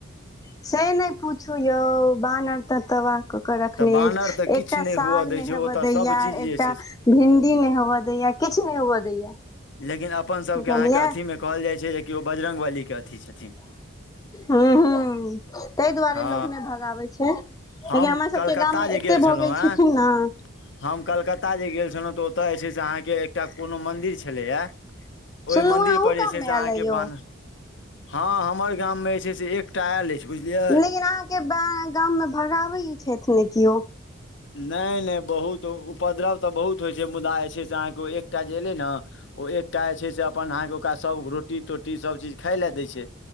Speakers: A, on the left; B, on the left.
A: से नहि पूछू यौ बानर तऽ तबाह कऽ क रखने
B: तऽ बानर
A: अएछ
B: तऽ किछु
A: एकटा
B: नहि
A: साग
B: हुअ दै
A: नहि
B: छै
A: हेब
B: ओतय
A: दैया
B: सभचीज
A: एकटा
B: जे छै
A: भिणडी नहि हौब दैया किछ नहि हुअ दैया।
B: लेकिन अपन सबके
A: बुझलियै
B: अहाँके अथीमे कहल जाइ छै जे कि ओ बजरगबलीके अथि छथिन।
A: हु हु तैय दुआरे
B: हँ
A: लोक नहि भगाबै छै। लेकिन
B: हम
A: हमर सबके
B: कलकत्ता
A: गाममे
B: जे
A: एते भऽ
B: छलहुँ
A: गेल
B: हेँ
A: छथिन नऽ
B: हम कलकत्ता जे गेल छलौ तऽ ओत जे छै से अहाँके एकटा कोनो मन्दिर छलेये। ओहि
A: सुनलहुँ
B: मन्दिर
A: हेँ अहूँ
B: पर जे
A: गाममे
B: छै से
A: आयल
B: अहाँके
A: अइ यौ
B: बान हँ हमर गाम मे जे छै से एक टा ऐल अएछ बुझलियै।
A: लेकिन अहाँके गाऽ गाम मे भगाबै छथि ने कियो।
B: नहि नहि बहुत उपद्रव तऽ बहुत होइ छै मुदा जे छै से अहाँके एकटा जे एलै न ओ एकटा जे छै से अपन अहाँके ओकरा सब रोटी-तोटी सबचीज खाय लै दै छै।